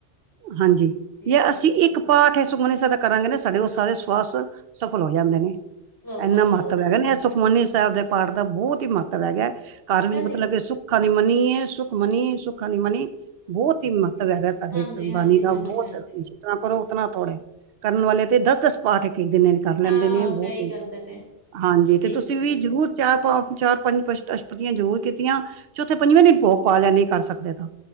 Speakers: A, on the right (about 65°); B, on the left (about 20°).
A: ਹਾਂਜੀ ਜੀ, ਜੇ
B: ਜੀ,
A: ਅਸੀਂ
B: ਜੀ,
A: ਇੱਕ
B: ਜੀ, ਜੀ।
A: ਪਾਠ ਇਹ ਸੁਖਮਨੀ ਸਾਹਿਬ ਦਾ ਕਰਾਂਗੇ ਨਾ ਸਾਡੇ ਉਹ ਸਾਰੇ ਸਵਾਸ ਸਫਲ ਹੋ ਜਾਂਦੇ ਨੇ
B: ਸਫ
A: ਇੰਨਾ
B: ਸਫਲ
A: ਮਹੱਤਵ
B: ਹੋ ਜਾਂਦੇ
A: ਹੈਗਾ, ਨਹੀਂ
B: ਨੇ
A: ਇਹ ਸੁਖਮਨੀ ਸਾਹਿਬ ਦੇ ਪਾਠ ਦਾ ਬਹੁਤ ਹੀ ਮਹੱਤਵ ਹੈਗਾ, ਘਾਰ
B: ਅੱਛਾ
A: ਵਿੱਚ ਮਤਲਬ
B: ਜੀ
A: ਕਿ ਸੁ ਸੁੱਖ ਮਨੀ ਏ ਸੁੱਖਮਨੀ, ਸੁੱਖਾ ਨੀ ਮਨੀ ਬਹੁਤ ਹੀਮ ਬ ਹੈਗਾ, ਸਾਡੇ
B: ਹਾਂਜੀ,
A: ਇਸ
B: ਹਾਂਜੀ,
A: ਬਾਣੀ ਦਾ
B: ਹਾਂਜੀ,
A: ਬਹੁਤ
B: ਹਾਂਜੀ।
A: ਜਿਤਨਾ ਕਰੋ ਉਤਨਾ ਥੋੜਾ ਐ, ਕਰਨ ਵਾਲੇ ਤੇ
B: ਅੱਛਾ
A: ਦਸ ਦਸ
B: ਜੀ
A: ਪਾਠ ਇੱਕ ਇੱਕ ਦਿਨ ਚ, ਕਰ ਲੈਂਦੇ
B: ਹਾਂ
A: ਨੇ ਬਹੁਤ
B: ਕਈ ਕਰਦੇ ਨੇ
A: ਹਾਂਜੀ, ਤੇ
B: ਠੀਕ
A: ਤੁਸੀਂ
B: ਹੈ, ਠੀਕ
A: ਵੀ ਜ਼ਰੂਰ
B: ਹੈ ਜੀ।
A: ਚਾਰ ਪੰਜ ਚਾਰ ਪੰਜ ਪਸ਼ ਅਸ਼ਪਤੀਆਂ ਜ਼ਰੂਰ ਕੀਤੀਆਂ, ਚੌਥੇ ਪੰਜਵੇਂ ਦਿਨ ਭੋਗ ਪਾ ਲਿਆ ਨਹੀਂ ਕਰ ਸਕਦੇ ਤਾਂ